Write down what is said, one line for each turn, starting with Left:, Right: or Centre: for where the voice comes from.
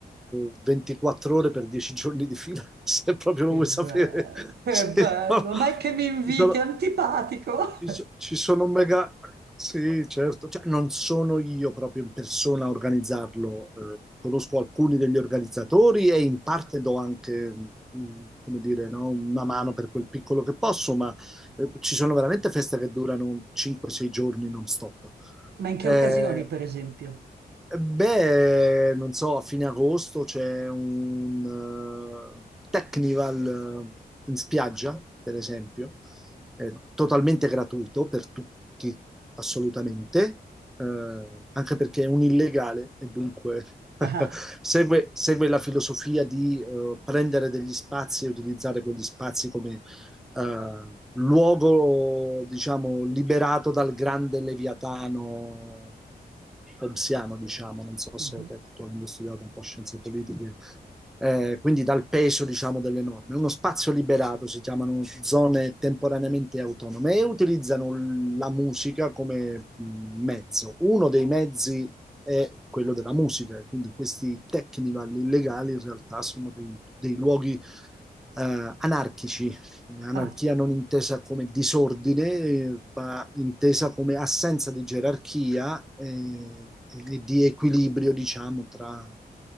Centre: eh, 24 ore per 10 giorni di fila, <laughs> se proprio
Right: Che
Centre: lo vuoi
Right: bello,
Centre: sapere.
Right: che
Centre: <laughs> Sì,
Right: bello,
Centre: no.
Right: ma è che mi inviti,
Centre: Ci sono-
Right: è antipatico. <laughs>
Centre: Ci so- ci sono mega... Sì, certo, Cioè, non sono io proprio in persona a organizzarlo, eh, conosco alcuni degli organizzatori e in parte do anche, mm, come dire, no, una mano per quel piccolo che posso, ma eh, ci sono veramente feste che durano 5-6 giorni non stop.
Right: Ma in che
Centre: Eh,
Right: occasioni, per esempio?
Centre: eh, Beh, non so, a fine agosto c'è un eh, Technival eh, in spiaggia, per esempio, è totalmente gratuito per tutti, assolutamente, eh, anche perché è un illegale e dunque
Right: <laughs>
Centre: <laughs>
Right: Ah,
Centre: segue, segue la filosofia di eh, prendere degli spazi e utilizzare quegli spazi come eh, luogo, diciamo, liberato dal grande leviatano hobbesiano, diciamo, non so
Right: mhm.
Centre: se te, tu avendo studiato un po' scienze politiche, eh, quindi dal peso, diciamo, delle norme. Uno spazio liberato si chiamano zone temporaneamente autonome e utilizzano l- la musica come mh, mezzo. Uno dei mezzi è quello della musica, quindi questi technival illegali in realtà sono dei, dei luoghi eh, anarchici Anarchia
Right: Ah,
Centre: non intesa come disordine, eh, ma intesa come assenza di gerarchia eh, e di equilibrio, diciamo, tra,